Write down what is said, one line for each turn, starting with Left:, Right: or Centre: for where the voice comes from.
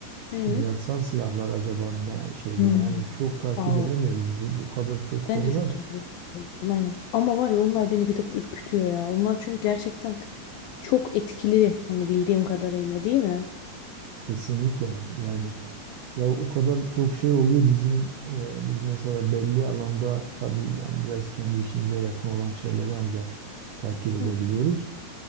Left: evet.
Right: Kimyasal silahlar acaba ne şeyde
Left: Hmm.
Right: yani çok takip
Left: Aa.
Right: edemiyoruz. Bu, bu kadar çok konu
Left: Ben de çok
Right: var
Left: takip
Right: ki.
Left: ediyorum aynen. Ama var ya onlar beni bir tık ürkütüyor ya. Onlar çünkü gerçekten çok etkili hani bildiğim kadarıyla değil mi?
Right: Kesinlikle yani ya o kadar çok şey oluyor bizim e, biz mesela belli alanda tabii yani biraz kendi işimize yakın olan şeyleri ancak takip edebiliyoruz.
Left: Hı hı.